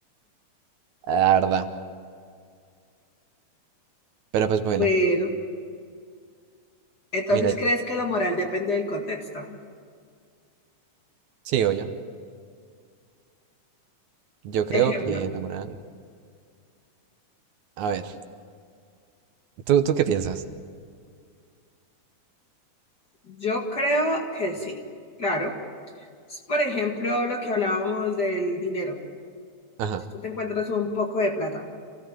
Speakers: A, on the right; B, on the left.
A: La verdad. Pero pues bueno,
B: Bueno, entonces,
A: mira,
B: ¿crees que la moral depende del contexto?
A: sí, obvio. Yo creo
B: Ejemplo,
A: que la moral. A ver, ¿tú, tú qué piensas?
B: yo creo que sí, claro. Por ejemplo, lo que hablábamos del dinero.
A: Ajá,
B: Si tú te encuentras un poco de plata